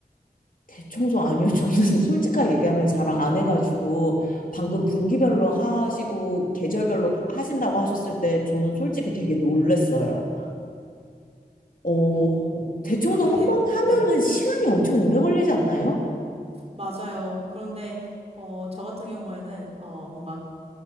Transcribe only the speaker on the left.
대청소 아니요. 저는 <laughs> 솔직하게 얘기하면 잘 안 해가지고 방금 분기별로 하시고 계절별로 하신다고 하셨을 때 저는 솔직히 되게 놀랬어요. 어,
대청소
한
번 하면은
시간이 엄청 오래 걸리지 않나요?